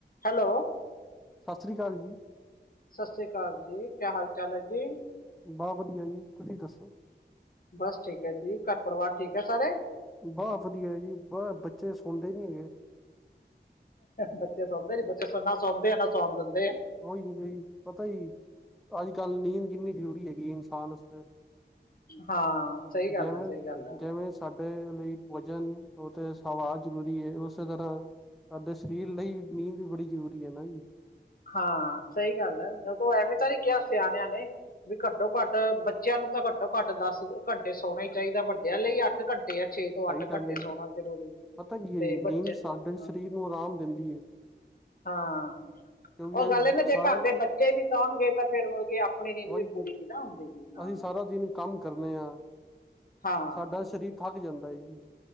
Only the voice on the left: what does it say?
Hello.
ਸਤਿ ਸ੍ਰੀ ਅਕਾਲ ਜੀ ਕਿਆ ਹਾਲ ਚਾਲ ਐ ਜੀ?
ਬਸ ਠੀਕ ਐ ਜੀ, ਘਰ ਪਰਿਵਾਰ ਠੀਕ ਐ ਸਾਰੇ?
ਬੱਚੇ ਸੋਂਦੇ ਨੀ ਬੱਚੇ ਨਾ ਸੋਂਦੇ ਆ ਨਾ ਸੋਣ ਦਿੰਦੇ ਐ।
ਹਾਂ ਸਈ ਗੱਲ
ਆ, ਸਈ ਗੱਲ ਆ।
ਹਾਂ ਸਹੀ ਗੱਲ ਹੈ ਜਦੋਂ ਐਵੇਂ ਤਾਂ ਨੀ ਕਿਹਾ ਸਿਆਣਿਆਂ ਨੇ ਵੀ ਘੱਟੋ ਘੱਟ ਬੱਚਿਆਂ ਨੂੰ ਤਾਂ ਘੱਟੋ ਘੱਟ ਦਸ ਘੰਟੇ ਸੋਣਾ ਹੀ ਚਾਹੀਦਾ ਵੱਡਿਆਂ ਲਈ ਅੱਠ ਘੰਟੇ ਜਾਂ ਛੇ
ਤੋਂ ਅੱਠ
ਘੰਟੇ
ਸੋਣਾ ਜ਼ਰੂਰੀ,
ਤੇ
ਬੱਚੇ,
ਹਮ
ਹਾਂ
ਉਹ ਗੱਲ ਇਹ ਨਾ ਜੇ
ਘਰ ਦੇ ਬੱਚੇ ਨੀ ਸਾਂਭਣਗੇ ਤਾਂ ਫਿਰ ਮੁੜ ਕੇ ਆਪਣੀ ਨੀਂਦ
ਵੀ ਪੂਰੀ ਨੀ ਨਾ ਹੁੰਦੀ ਜੀ ਹਾਂ
ਹਾਂ